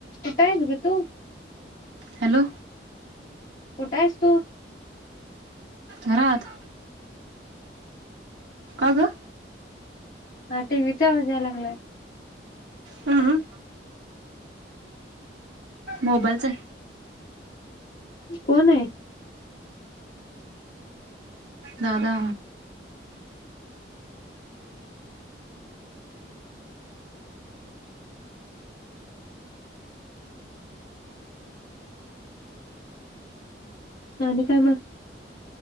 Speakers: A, on the left; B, on the right.
A: कठय ग तू
B: हॅलो
A: कुठं आहेस तू
B: घात आगा
A: ह टी वचावाजलक
B: हम हम मोबाईलचे
A: कोण आहे
B: दादा
A: आणि काय मग